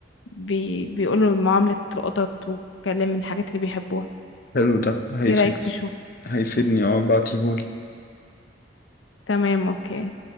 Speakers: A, on the left; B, on the left.
A: بي بيقولوا معاملة القطط وكلام من الحاجات اللي بيحبوها
B: حلو ده هيفيد
A: ايه رأيك تشوف
B: هيفيدني اه بعتيهولي
A: تمام اوكي